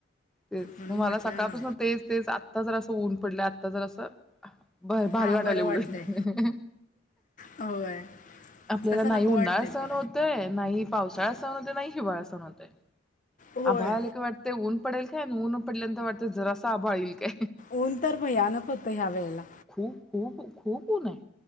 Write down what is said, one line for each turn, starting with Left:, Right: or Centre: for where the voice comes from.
Centre: तेच
Left: म्हणून
Centre: मग मला
Left: म्हटलं
Centre: सकाळपासून तेच, तेच आ आत्ता जर सा ऊन पडलाय, आत्ता जरा सा बरं भारी
Left: हां
Centre: वाटालय
Left: बरं
Centre: उलट,
Left: वाटतंय होय
Centre: आपल्याला
Left: तसं
Centre: नाही
Left: नको
Centre: उन्हाळा
Left: वाटतंय
Centre: सण
Left: ते
Centre: होतय नाही पावसाळा सहन होत नाही, हिवाळा सहन होतय.
Left: होय
Centre: आभाळ आलं की वाटते उन पडेल हेन ऊन पडल्यांत वाटत जरा सा आभाळ येईल का,
Left: ऊन तर भयानक होतं ह्या वेळेला
Centre: खूप खूप-खूप ऊन आहे.